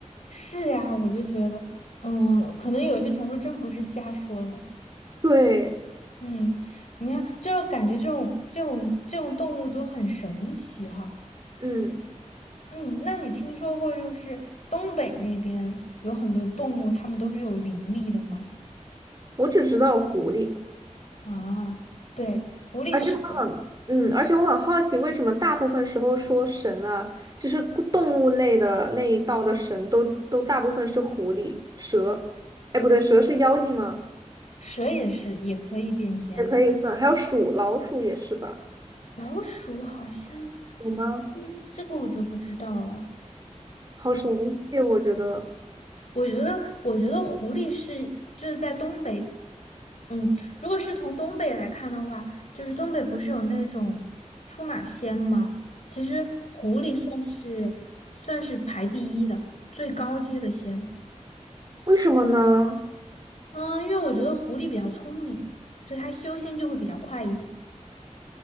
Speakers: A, on the left; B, on the right.
A: 是呀，我就觉得，嗯，可能有些传说真不是瞎说的，
B: 对，
A: 嗯，你看，就感觉这种这种这种动物都很神奇哈。
B: 嗯，
A: 嗯，那你听说过就是东北那边有很多动物，它们都是有灵力的吗？
B: 我只知道狐狸，
A: 啊，对，狐狸是，
B: 而且我很，嗯，而且我很好奇，为什么大部分时候说神啊，就是故动物类的那一道的神都，都大部分是狐狸、蛇，哎，不对，蛇是妖精吗？
A: 蛇也是，也可以变仙。
B: 也可以算，还有鼠、老鼠也是吧？
A: 老鼠好像，
B: 有吗？
A: 嗯，这个我就不知道了。
B: 好神奇，我觉得，
A: 我觉得，我觉得狐狸是就是在东北，嗯，如果是从东北来看的话，就是东北不是有那种出马仙吗？其实狐狸算是算是排第一的，最高阶的仙。
B: 为什么呢？
A: 嗯，因为我觉得狐狸比较聪明，所以它修仙就会比较快一点。